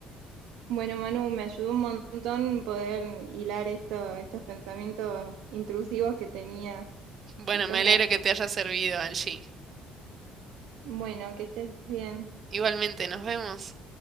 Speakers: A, on the right (about 80°); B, on the right (about 40°).
A: Bueno, Manu, me ayudó un montón poder hilar esto, estos pensamientos intrusivos que tenía.
B: Bueno,
A: Muchas
B: me alegro
A: gracias.
B: que te haya servido, Angie.
A: Bueno, que estés bien.
B: Igualmente, nos vemos.